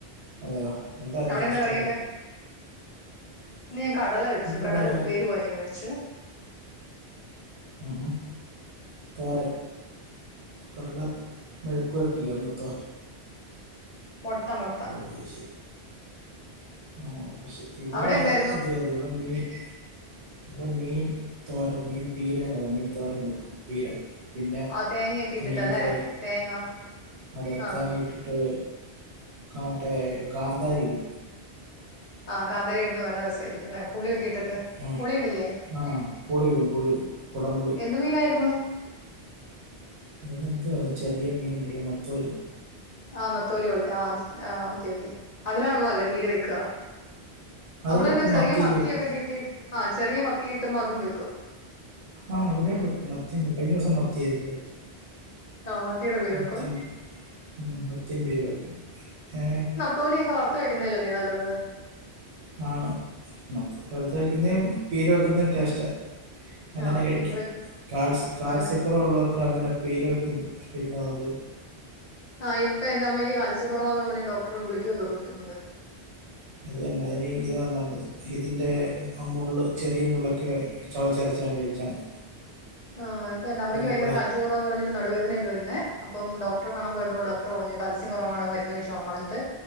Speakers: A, on the right; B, on the left.
A: അതെയോ എന്തായിരുന്നു
B: അവിടെ
A: സ്പെഷ്യലൊക്കെ
B: എന്താ കറിയൊക്കെ ഇന്ന് ഞാൻ കടല വെച്ചു
A: ഇവിടെ
B: കടല ഉപ്പേരി പോലെ എങ്ങനെ വെിച്ചു
A: ഉഹും തോരൻ കടല മെഴക്കുരട്ടീ എന്തത്ത
B: മോട്ടാ മോട്ടാ
A: അ ശരി ആ ശ ഇവിടെ
B: അവിടെ എന്തായിരുന്നു
A: എന്ത് വായിരുന്നു ഇവിടെ മീൻ ഇവിടെ മീൻ തോര മീൻ പീരന്ന് പറയും മീൻ തോരം വെക്കും പീര പിന്നെ
B: ആഹ് തേങ്ങയൊക്കെ ഇട്ടിട്ടല്ലേ
A: മീൻ ഫ്രൈ
B: തേങ്ങ
A: അതെ
B: ആഹ്
A: തേങ്ങ ഇട്ടിട്ട് ആട്ട കാന്താരി ഇടും
B: ആ കാന്താരി ഇട്നണ നല്ല രസമായിയിരിക്കും അല്ലേ പുളിയൊക്കെ ഇട്ടിട്ട്
A: ആ
B: പുളി ഇടില്ലേ
A: ആ പുളി ഇടും പുളി ഇടും കൊടംപൊളി
B: എന്ത് മീനായിരുന്നു
A: ഇതന്തോ അത് ചെറിയ മീന്ണ്ടല്ലോ നത്തോലി
B: ആഹ് നത്തോലി പോലത്തെ ആ ആ ഒക്കെ, ഒക്കെ അതിനാ നല്ലോ പീരെ വെയ് ക്ക
A: അതിൽ
B: അവളന്നെ
A: വെക്കും
B: ചെറിയ
A: മത്തിയിൽ
B: മത്തിയൊ
A: വെക്കും
B: ക്കെ കിട്ടിട്ട് ആ ചെറിയ മത്തി കിട്ടുമ്പോ അതും വെക്കും
A: ആ ഇവിടെവെക്കും മത്തി കഴിഞ്ഞ ഉസം മത്തി യ് ര് ന്നൊ ചോയിച്ചും
B: ആ മത്തിയുടെ പീര
A: മത്തി
B: വെക്കും
A: ഇണ്ട് മത്തിന്തെങ്കിലും വെക്കും ഏ
B: തൊലിയൊക്കെ വറുത്ത് വെക്കുന്നത് ന്നതല്ലേ നല്ലത്
A: ആണ് മത്തി വെക്കുന്നേ പീര വെക്കുന്ന ടേസ്റ്റാ അങ്ങനെ
B: ആ
A: കഴിക്കാം
B: പീര വെക്ക്
A: കാൽസ്യ കാൽസ്യക്കുറവള്ളവർക്ക്
B: ആ
A: അങ്ങനെ പീര വെക്കും കഴിക്കാ നല്ലത്
B: ആഹ ഇപ്പ എന്റെ അമ്മക്ക് കാൽസ്യ കുറവാന്ന് പറഞ്ഞ് ഡോക്ടറ് ഗുളിക ഒക്കെ കൊടുത്തിട്ടുണ്ട്
A: അത് തന്നെ അതിന് ഇതാ നല്ലത് ഇതിൻ്റെ ആ മുള്ള് ചെറിയ മുള്ളൊക്കെ ചവച്ചരചാണ്ട് കഴിച്ച മതി
B: ആ ഇത് തന്നെ അമ്മക്ക് ഭയങ്കര
A: ഇതുകളെ
B: കാഴ്ച കു പറഞ്ഞിട്ട് നടു വേദയൊക്ക വെരുന്നേ അപ്പം ഡോക്ടറെ കാണാം പോയപ്പ ഡോക്ടർ പറഞ്ഞ് കാത്സ്യം കോറവാണ് മരുന്ന് കഴിച്ചോളാം പറഞ്ഞിട്ട്